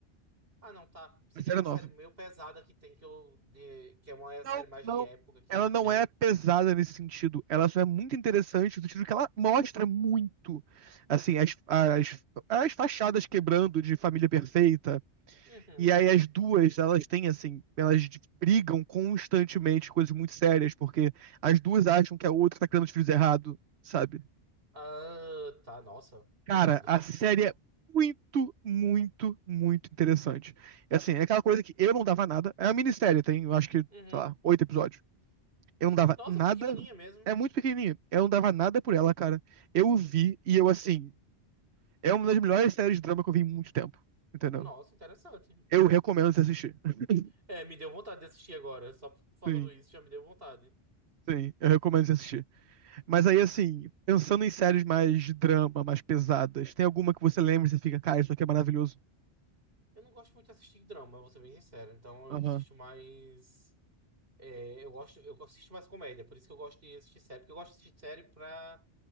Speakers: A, on the right; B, on the right.
A: Ah, não, tá. Você
B: A
A: quer
B: série
A: uma
B: é nova.
A: série meio pesada que tem que eu. de- que é uma série
B: Não,
A: mais
B: não.
A: de época que
B: Ela não
A: tem.
B: é pesada nesse sentido. Ela só é muito interessante no sentido que ela mostra muito, assim, as, as, as fachadas quebrando de família perfeita,
A: Uhum.
B: E aí as duas, elas têm assim, elas de- brigam constantemente, coisas muito sérias, porque as duas acham que a outra tá criando os filhos errado, sabe?
A: Ah, tá. Nossa,
B: Cara,
A: pesado.
B: a série é muito, muito, muito interessante. É assim, é aquela coisa que eu não dava nada. É uma minissérie, tem, eu acho que, sei
A: Uhum.
B: lá, oito episódios. Eu não dava
A: Nossa,
B: nada.
A: pequenininha mesmo.
B: É muito pequenininha. Eu não dava nada por ela, cara. Eu vi e eu, assim, é uma das melhores séries de drama que eu vi em muito tempo, entendeu?
A: Nossa, interessante.
B: Eu recomendo você assistir. <laughs>
A: É, me deu vontade de assistir agora. Só falando
B: Sim,
A: isso já me deu vontade.
B: sim, eu recomendo você assistir. Mas aí, assim, pensando em séries mais de drama, mais pesadas, tem alguma que você lembra e você fica, cara, isso aqui é maravilhoso?
A: Eu não gosto muito de assistir drama, vou ser bem sincero. Então eu
B: Aham.
A: assisto mais. é, eu gosto, eu assisto mais comédia, por isso que eu gosto de assistir série. Porque eu gosto de assistir série pra.